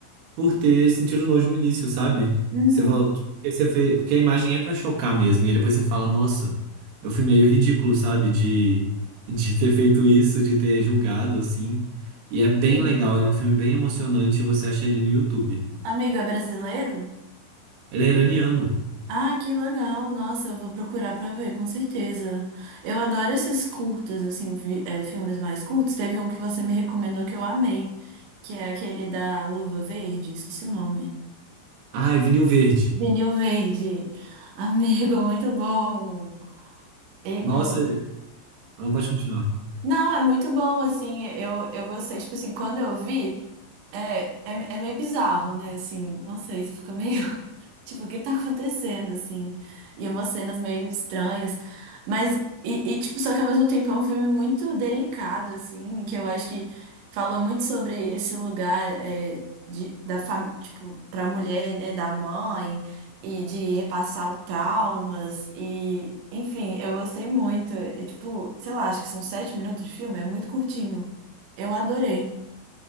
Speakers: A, on the right; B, on the right.
A: por ter sentido nojo no início, sabe?
B: Uhum.
A: Você fala, tipo, porque você fe- porque a imagem é pra chocar mesmo. E aí depois você fala, nossa, eu fui meio ridículo, sabe? De, de ter feito isso, de ter julgado, assim. E é bem
B: Sim.
A: legal, ele é um filme bem emocionante, você acha ele no YouTube.
B: Amigo, é brasileiro?
A: Ele é iraniano.
B: Ah, que legal. Nossa, eu vou procurar pra ver, com certeza. Eu adoro esses curtos, assim, vi- é, filmes mais curtos. Teve um que você me recomendou que eu amei, que é aquele da Luva Verde, esqueci o nome.
A: Ah, é vinil verde.
B: Vinil Verde. Amigo, muito bom. E
A: Nossa,
B: muito...
A: não pode continuar.
B: Não, é muito bom, assim, eu, eu gostei, tipo assim, quando eu vi, é, é, é meio bizarro, né, assim, não sei, você fica meio, <laughs> tipo, o que tá acontecendo, assim, e umas cenas meio estranhas, mas, e, e, tipo, só que ao mesmo tempo é um filme muito delicado, assim, que eu acho que fala muito sobre esse lugar, é, de, da, fam- tipo, pra mulher, né, da mãe, e de repassar traumas e, enfim, eu gostei muito. E, tipo, sei lá, acho que são sete minutos de filme, é muito curtinho. Eu adorei.